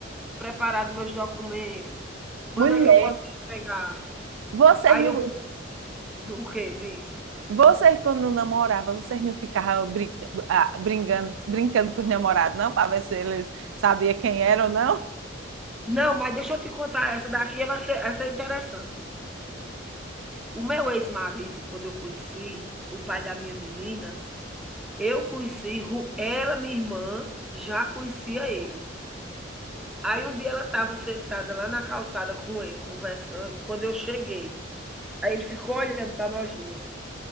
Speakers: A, in the centre; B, on the right.
A: preparado meus documentos? Quando
B: mulher.
A: é que eu posso entregar?"
B: Vocês
A: Aí
B: não,
A: eu vou do quê? Diz.
B: vocês quando namoravam, vocês não ficavam brin- ah, brincando, brincando com os namorados, não? Para ver se eles sabiam quem era ou não?
A: Não, mas deixa eu te contar essa daqui é, vai ser essa é interessante. O meu ex-marido, quando eu conheci, o pai da minha menina, eu conheci ru ela, minha irmã, já conhecia ele. Aí um dia ela estava sentada lá na calçada com ele, conversando, quando eu cheguei. Aí ele ficou olhando para nós duas.